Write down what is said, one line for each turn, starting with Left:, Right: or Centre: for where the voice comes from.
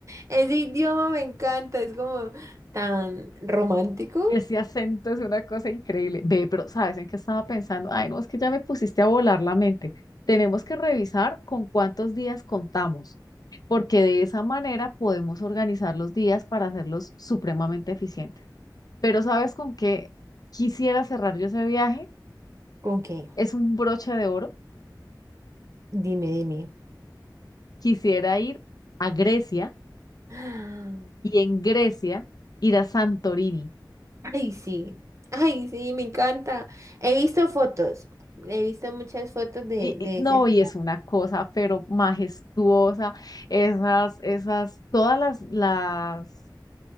Right: ese idioma me encanta, es como tan romántico.
Left: Ese acento es una cosa increíble. Ve, pero ¿sabes en qué estaba pensando? Ay, no, es que ya me pusiste a volar la mente. Tenemos que revisar con cuántos días contamos, porque de esa manera podemos organizar los días para hacerlos supremamente eficientes. Pero ¿sabes con qué quisiera cerrar yo ese viaje?
Right: ¿Con qué?
Left: Es un broche de oro.
Right: Dime, dime.
Left: Quisiera ir a Grecia
Right: Ah,
Left: y en Grecia ir a Santorini.
Right: Ay, sí, ay, sí, me encanta. He visto fotos, he visto muchas fotos de,
Left: Y,
Right: de
Left: y- no,
Right: ese lugar.
Left: y es una cosa, pero majestuosa, esas, esas, todas las, las,